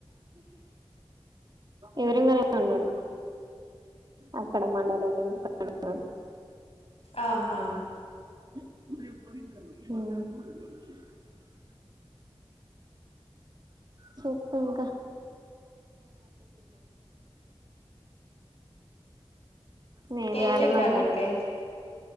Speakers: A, on the right; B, on the left.
A: ఎదురుంగనే ఉన్నడు అక్కడ మండలోల్ ఇంటి కాడున్నడు.
B: ఆహా!
A: మ్ చెప్పు ఇంక నేను
B: ఏం
A: చేయాలి
B: తింటాండ్
A: మరిగా
B: అయితే